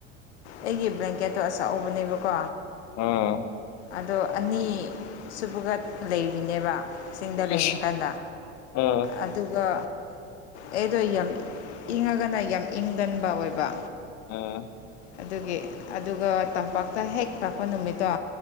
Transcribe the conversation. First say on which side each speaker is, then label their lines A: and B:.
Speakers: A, on the left; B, on the left.
A: ꯑꯩꯒꯤ ꯕ꯭ꯂꯦꯡꯀꯦꯠꯇꯣ ꯑꯆꯧꯕꯅꯦꯕꯀꯣ
B: ꯑ
A: ꯑꯗꯣ ꯑꯅꯤ ꯁꯨꯕꯒ ꯂꯩꯔꯤꯅꯦꯕ ꯁꯤꯡꯗ ꯂꯩꯔꯤꯀꯟꯗ
B: ꯏꯁ ꯑꯥ
A: ꯑꯗꯨꯒ ꯑꯩꯗꯣ ꯌꯥꯝ ꯏꯪꯉꯒꯅ ꯌꯥꯝ ꯏꯪꯒꯟꯕ ꯑꯣꯏꯕ
B: ꯎꯝ
A: ꯑꯗꯨꯒꯤ ꯑꯗꯨꯒ ꯇꯝꯄꯥꯛꯇ ꯍꯦꯛ ꯂꯥꯛꯄ ꯅꯨꯃꯤꯠꯇꯣ